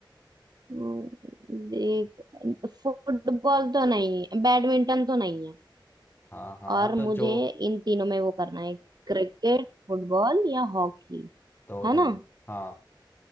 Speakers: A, on the right; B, on the left.
A: हम्म, देख फुटबॉल तो नहीं है बैडमिंटन तो नहीं है
B: हाँ हाँ
A: और
B: तो
A: मुझे
B: जो
A: इन तीनों में वो करना है क्रिकेट फुटबॉल या हॉकी
B: तो
A: है
B: चल
A: ना
B: हाँ